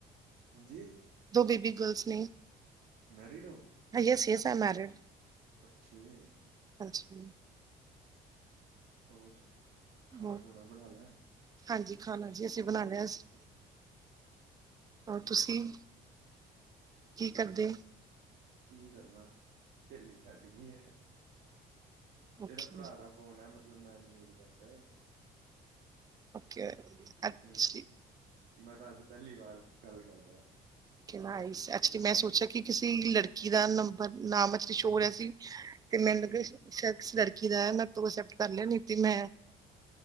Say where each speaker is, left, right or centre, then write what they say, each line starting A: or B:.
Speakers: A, on the right (about 75°); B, on the right (about 20°).
A: ਹਾਂਜੀ।
B: ਦੋ ਬੇਬੀ ਗਰਲਸ ਨੇ।
A: ਮੈਰੀਡ ਹੋ?
B: ਹ ਯੇਸ-ਯੇਸ ਐਮ ਮੈਰਿਡ।
A: ਔਖੇ।
B: ਹਾਂਜੀ।
A: ਹੋਰ? ਖਾਣਾ
B: ਹੋਰ
A: ਖੂਣਾ ਬਣਾ ਲੇਆ?
B: ਹਾਂਜੀ, ਖਾਣਾ ਜੀ, ਅਸੀਂ ਬਣਾ ਲਿਆ ਸੀ। ਹੋਰ ਤੁਸੀਂ, ਕੀ ਕਰਦੇ?
A: ਬਸ ਕੀ ਕਰਨਾ? ਸੇਲੀ ਛੱਡ ਗਈ ਏ।
B: ਓਕੇ
A: ਏਦਾ ਭਰਾ ਦਾ ਫੋਨ ਏ ਮਤਲਬ ਮੈਂ ਨੀ ਯੂਜ ਕਰਦਾ ਏਹ।
B: ਓਕੇ। ਅੱਛਾ
A: ਹੂੰ, ਮੈਂ ਤਾਂ ਅੱਜ ਪਹਿਲੀ ਵਾਰ ਗੱਲ ਕਰਦਾ।
B: ਓਕੇ ਨਾਇਸ, ਅੱਛਾ ਜੀ, ਮੈਂ ਸੋਚਿਆ ਕਿ ਕਿਸੀ ਲੜਕੀ ਦਾ ਨੰਬਰ, ਨਾਮ ਐਕਚਲੀ ਸ਼ੋ ਹੋ ਰਿਹਾ ਸੀ। ਤੇ ਮੈਨੂੰ
A: ਓਕੇ
B: ਲਗਾ, ਸ਼ ਸ਼ੇਦ ਕਿਸੀ ਲੜਕੀ ਦਾ ਏ, ਮੈਂ ਤੋ ਏਸੇਪਟ ਕਰ ਲਿਆ, ਨੀ ਤੇ ਮੈਂ